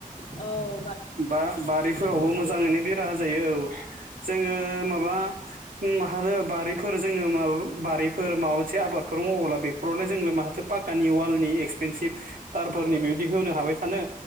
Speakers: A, on the left (about 55°); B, on the right (about 75°).
A: औ
B: बा बारिफोरावबो
A: बारिफोराव
B: मोजाङैनो
A: हो
B: बेरा होजायो औ जोङो माबा माहादो बारिफोर जोङो माब बारिफोर माबा मोनसे आबादफोर मावोला बेफोरावलाय जोंलाय माहाथो पाकानि वालनि एक्सपेनसिभ तारफोरनि
A: औ
B: बिबायदि होनो हाबाय आनो